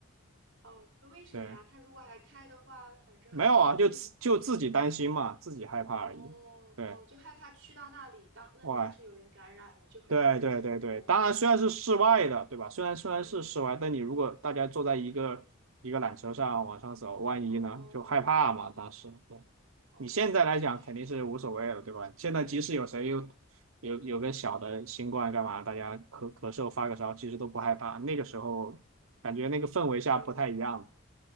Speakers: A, on the right (about 65°); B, on the right (about 85°).
A: 哦，那为什么呀？
B: 对，
A: 他如果还开的话，反正人也不
B: 没有啊，就自就自己担心嘛，
A: <laughs> 挤。
B: 自己害怕而已。
A: 哦哦，
B: 对，
A: 就害怕去到那里，当那里要是有人感染了，
B: 哇，
A: 就很容易传播。
B: 对对对对，当然虽然是室外的，对吧？虽然虽然是室外，
A: 嗯，
B: 但你如果大家坐在一个一个缆车上往上走，万一呢，
A: 哦
B: 就害怕嘛。当时，对，
A: 哦，
B: 你现在来讲肯定是无所谓了，
A: 确实，
B: 对吧？现在即使有谁有有有个小的新冠干嘛，大家咳咳嗽发个烧，其实都不害怕。那个时候感觉那个氛围下不太一样，
A: 对，那个时候，